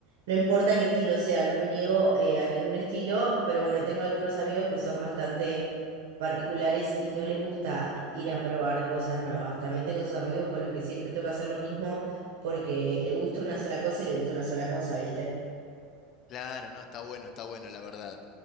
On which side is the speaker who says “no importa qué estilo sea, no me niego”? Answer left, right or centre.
Right